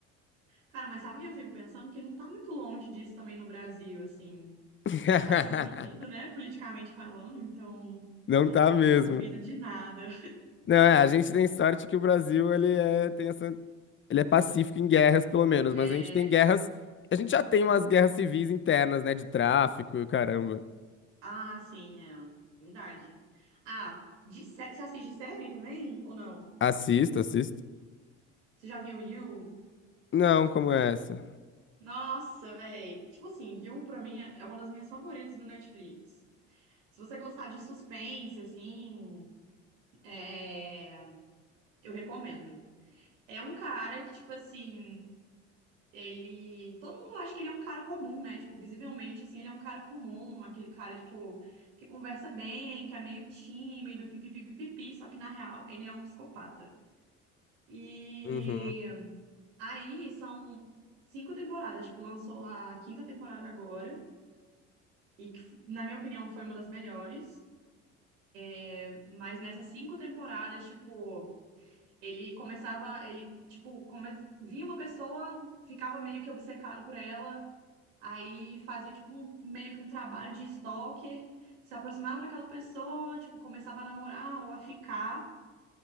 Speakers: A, on the right; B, on the left.
A: Cara, mas sabe o que eu fico pensando? Que não tá muito longe disso também no Brasil, assim.
B: <laughs>
A: A gente tá tão dividido, né, politicamente falando, então
B: Não tá mesmo.
A: eu não duvido de nada.
B: Não, é, a gente tem sorte que o Brasil, ele é, tem essa, ele é pacífico em guerras, pelo menos,
A: É...
B: mas a gente tem guerras, a gente já tem umas guerras civis internas, né, de tráfico e o caramba.
A: Ah, sim, é verdade. Ah, de sé... você assiste série também ou não?
B: Assisto, assisto.
A: Você já viu You?
B: Não, como é essa?
A: Nossa, véi. Tipo assim, You pra mim é uma das minhas favoritas do Netflix. Se você gostar de suspense, assim, é... eu recomendo. É um cara que, tipo assim, Ele. Todo mundo acha que ele é um cara comum, né? Tipo, visivelmente, assim, ele é um cara comum, aquele cara, tipo, que conversa bem, que é meio tímido, pipipipipi, só que na real ele é um psicopata. E
B: Uhum.
A: aí são cinco temporadas, tipo, lançou a quinta temporada agora, e que, na minha opinião, foi uma das melhores. É, Mas nessas cinco temporadas, tipo, ele começava, ele, tipo, come... via uma pessoa, ficava meio que obcecado por ela Aí fazia, tipo, um- meio que um trabalho de stalker, se aproximava daquela pessoa, tipo, começava a namorar ou a ficar.